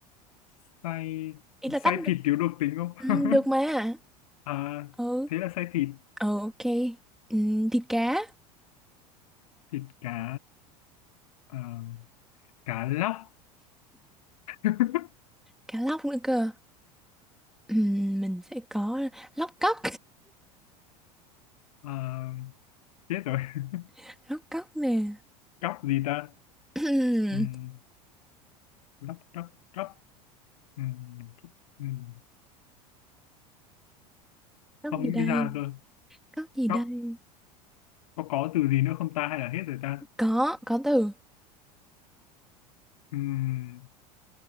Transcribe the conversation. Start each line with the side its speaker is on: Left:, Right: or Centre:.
Left: <laughs> xay
Centre: ý là
Left: xay
Centre: tách được
Left: thịt thiếu độc tính không
Centre: ừ,
Left: <laughs>
Centre: được mà
Left: à,
Centre: ừ
Left: thế là xay thịt
Centre: ừ ok ừ, thịt cá
Left: thịt cá à, cá lóc <laughs>
Centre: cá lóc nữa cơ ừ, mình sẽ có lóc cóc
Left: à, chết rồi <laughs>
Centre: <laughs> lóc cóc nè
Left: cóc gì ta
Centre: Ừ,
Left: Ừm, lóc cóc cóc Ừm, cóc. Ừm,
Centre: <clears throat> lóc
Left: không
Centre: gì
Left: nghĩ
Centre: đây
Left: ra cơ
Centre: Cóc gì đây?
Left: cóc có có từ gì nữa không ta hay là hết rồi ta
Centre: Có, có từ.
Left: Ừm,